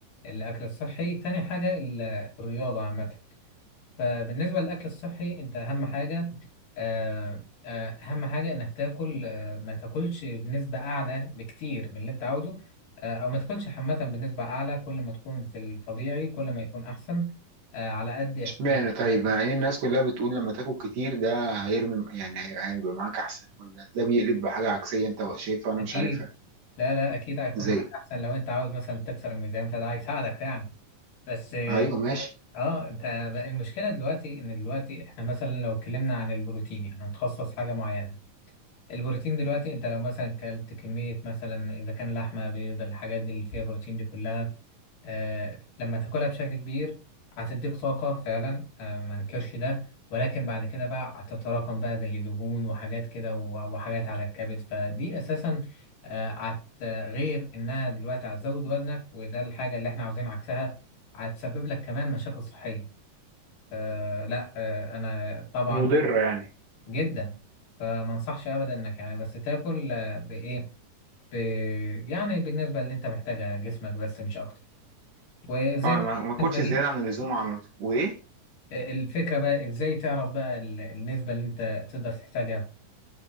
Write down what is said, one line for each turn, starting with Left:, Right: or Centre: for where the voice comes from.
Left: الأكل الصحي تاني حاجة ال- الرياضة عامة فبالنسبة للأكل الصحي أنت أهم حاجة آه آه أهم حاجة إنك تاكل آه ما تاكلش بنسبة أعلى بكتير من اللي أنت عاوزه آه أو ما تاكلش عامة بنسبة أعلى كل ما تكون في الطبيعي كل ما يكون أحسن آه على قد احتياجك
Right: اشمعنى طيب يعني الناس كلها بتقول لما تاكل كتير ده هيرمي يعني هي- هيبقى معاك احسن ولا ده بيقلب بحاجه عكسيه انت شايفها وانا
Left: أكيد
Right: مش عارفها
Left: لا لا اكيد هيكون
Right: زي
Left: معاك احسن لو انت عاوز مثلا تكسر الميزان فده هيساعدك يعني بس اه
Right: ايوه ماشي
Left: آه، انت بقى المشكله دلوقتي ان دلوقتي احنا مثلا لو اتكلمنا عن البروتين يعني هنخصص حاجه معينه البروتين دلوقتي انت لو مثلا كلت كميه مثلا اذا كان لحمه بيض الحاجات دي اللي فيها بروتين دي كلها آه، لما تاكلها بشكل كبير هتديك طاقة فعلا آه، ما انكرش ده ولكن بعد كده بقى هتتراكم بقى زي دهون وحاجات كده و- وحاجات على الكبد فدي أساسا آه، هت غير إنها دلوقتي هتزود وزنك وده الحاجة اللي احنا عاوزين عكسها هتسبب لك كمان مشاكل صحية آه، لا آه، أنا طبعا
Right: مضرة يعني
Left: جدا فما انصحش أبدا إنك يعني بس تاكل آه، بإيه ب- يعني بالنسبة اللي أنت محتاجها جسمك بس مش أكتر وزيت
Right: اه ما ما اكلش
Left: بالنسبة لي
Right: زيادة عن اللزوم عن وايه
Left: الفكرة بقى ازاي تعرف بقى ال- النسبة اللي انت تقدر تحتاجها